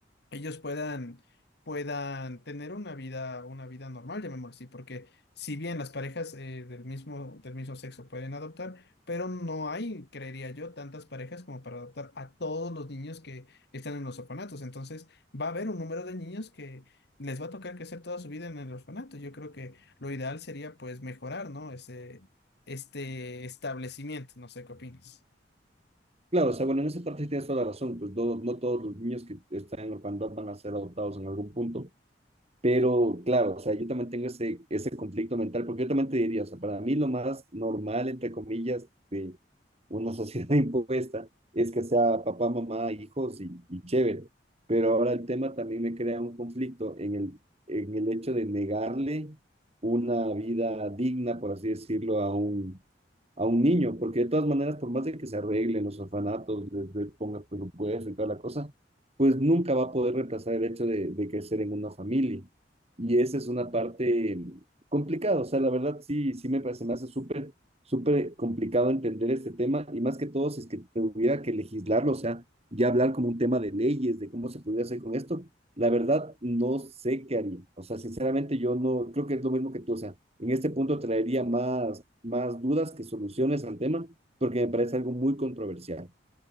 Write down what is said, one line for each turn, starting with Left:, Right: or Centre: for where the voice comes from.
Left: ellos puedan, puedan tener una vida, una vida normal, llamémoslo así, porque si bien las parejas eh, del mismo, del mismo sexo pueden adoptar, pero no hay, creería yo, tantas parejas como para adoptar a todos los niños que están en los orfanatos. Entonces, va a haber un número de niños que les va a tocar crecer toda su vida en el orfanato. Yo creo que lo ideal sería pues mejorar, ¿no? Ese, este establecimiento, no sé qué opinas.
Right: Claro, o sea, bueno, en esa parte sí tienes toda la razón, pues no, no todos los niños que están en orfandad van a ser adoptados en algún punto, pero claro, o sea, yo también tengo ese, ese conflicto mental, porque yo también te diría, o sea, para mí lo más normal, entre comillas, de una sociedad <laughs> impuesta es que sea papá, mamá, hijos y, y chévere, pero ahora el tema también me crea un conflicto en el, en el hecho de negarle una vida digna, por así decirlo, a un a un niño, porque de todas maneras, por más de que se arreglen los orfanatos, les, les ponga presupuesto y toda la cosa, pues nunca va a poder reemplazar el hecho de, de crecer en una familia. Y esa es una parte complicada, o sea, la verdad sí, sí me parece, me hace súper, súper complicado entender este tema y más que todo si es que tuviera que legislarlo, o sea, ya hablar como un tema de leyes, de cómo se podría hacer con esto, la verdad no sé qué haría, o sea, sinceramente yo no, creo que es lo mismo que tú, o sea, en este punto traería más, más dudas que soluciones al tema, porque me parece algo muy controversial.